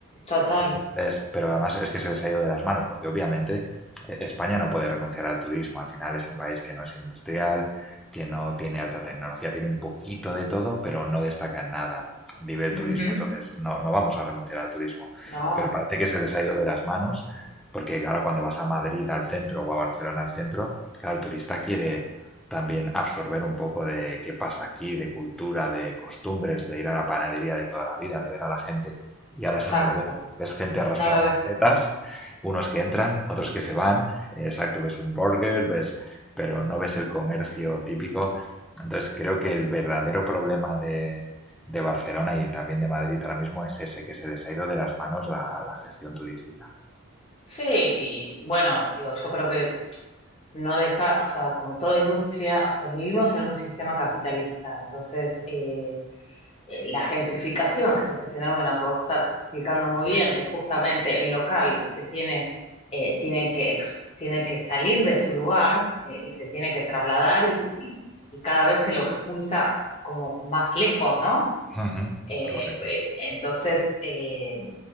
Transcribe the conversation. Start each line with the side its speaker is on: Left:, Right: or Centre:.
Left: total.
Centre: Entonces, pero además es que se les ha ido de las manos, porque obviamente eh, España no puede renunciar al turismo. Al final es un país que no es industrial, que no tiene alta tecnología, tiene un poquito de todo, pero no destaca en nada. Vive el
Left: Ujú.
Centre: turismo, entonces no, no vamos a renunciar al turismo.
Left: No,
Centre: Pero parece que se les ha ido de las manos, porque ahora cuando vas a Madrid al centro o a Barcelona al centro, claro, el turista quiere también absorber un poco de qué pasa aquí, de cultura, de costumbres, de ir a la panadería de toda la vida, de ver a la gente. Y
Left: exacto.
Centre: ahora eso no lo ve. Ves gente arrastrando
Left: No lo ves.
Centre: maletas, unos que entran, otros que se van, eh, exacto, ves un burger, ves, pero no ves el comercio típico. Entonces creo que el verdadero problema de, de Barcelona y también de Madrid ahora mismo es ese, que se les ha ido de las manos la, la gestión turística.
Left: Sí, y bueno, digo, yo creo que no deja, o sea, como toda industria, o sea, vivimos en un sistema capitalista, entonces, eh, eh, la gentrificación, que es este fenómeno que vos estás explicando muy bien,
Centre: Sí.
Left: que justamente el local se tiene, eh, tiene que, ex- tiene que salir de su lugar eh, y se tiene que trasladar y, se- y- y cada vez se lo expulsa como más lejos, ¿no?
Centre: Ujú,
Left: Eh,
Centre: Correcto,
Left: eh, entonces, eh,